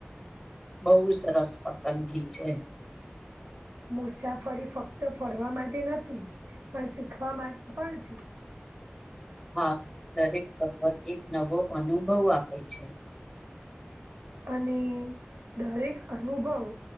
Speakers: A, in the centre; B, on the right.
A: બહુ સરસ પસંદગી છે,
B: મુસાફરી ફક્ત ફરવા માટે નથી પણ શીખવા માટે પણ છે.
A: હા, દરેક સફર એક નવો અનુભવ આપે છે.
B: અને દરેક અનુભવ